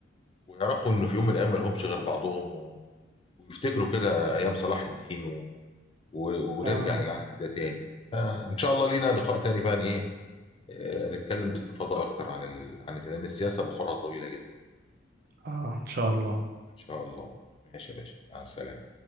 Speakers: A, on the left; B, on the right.
A: ويعرفوا انه في يوم من الايام ما لهمش غير بعضهم و... ويفتكروا كده ايام صلاح الدين و... و... ونرجع
B: اه
A: للعهد ده تاني آه ان شاء الله لينا لقاء تاني بقى ايه آه نتكلم باستفاضة اكتر عن ال... عن لان السياسة بحورها طويلة جدا
B: اه ان شاء الله
A: ان شاء الله ماشي يا باشا مع السلامة